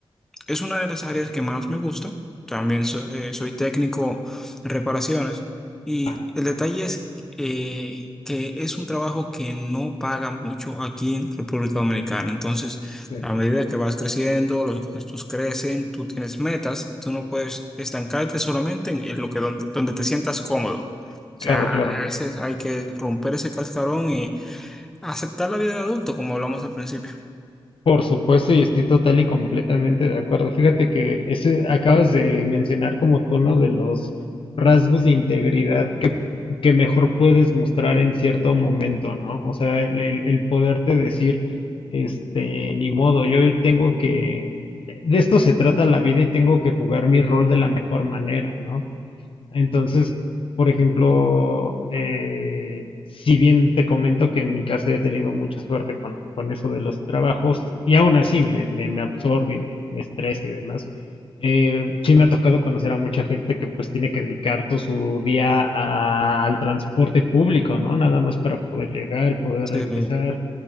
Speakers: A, in the centre; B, on the left.
A: es una de las áreas que más me gusta. También so- eh, soy técnico en reparaciones. Y
B: Ajá,
A: el detalle es eh, que es un trabajo que no paga mucho aquí en República Dominicana. Entonces,
B: sí,
A: a medida que vas creciendo, los gastos crecen, tú tienes metas, tú no puedes estancarte solamente en en lo que donde, donde te sientas cómodo. O
B: claro,
A: sea,
B: claro.
A: a veces hay que romper ese cascarón y aceptar la vida de adulto, como hablamos al principio.
B: Por supuesto, y estoy total y completamente de acuerdo. Fíjate que ese acabas de mencionar como que uno de los rasgos de integridad que, que mejor puedes mostrar en cierto momento, ¿no? O sea, el, el- el poderte decir, este, ni modo, yo hoy tengo que, de esto se trata la vida y tengo que jugar mi rol de la mejor manera, ¿no? Entonces, por ejemplo, eh, si bien te comento que en mi caso he tenido mucha suerte con, con eso de los trabajos, y aún así me, me, me absorbe, y me, me estresa y demás, eh, sí me ha tocado conocer a mucha gente que pues tiene que dedicar todo su día a- al transporte público, ¿no? Nada más para poder llegar y poder
A: Sí.
B: regresar